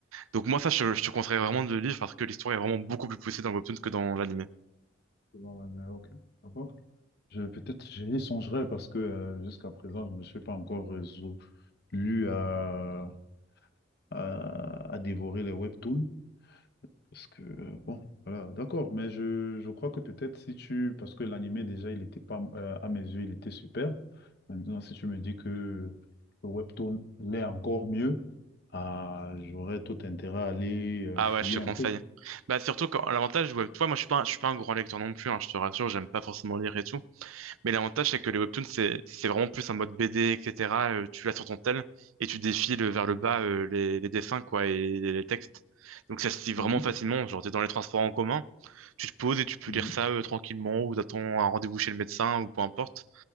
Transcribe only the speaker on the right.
Donc moi, ça, je, je te conseille vraiment de le lire parce que l'histoire est vraiment beaucoup plus poussée dans le webtoon que dans l'anime.
Ah
ouais, je te conseille.
Bah, surtout quand l'avantage, ouais, toi, moi, je suis pas, un- je suis pas un grand lecteur non plus, hein, je te rassure, j'aime pas forcément lire et tout. Mais l'avantage, c'est que les webtoons, c'est c'est vraiment plus un mode BD, etc. Euh, tu l'as sur ton tel et tu défiles vers le
bas euh, les, les dessins, quoi, et les, les textes. Donc ça se lit vraiment
facilement. Genre, t'es dans les transports en commun, tu te poses et tu peux
lire ça euh, tranquillement, ou t'attends un rendez-vous chez le médecin, ou peu importe.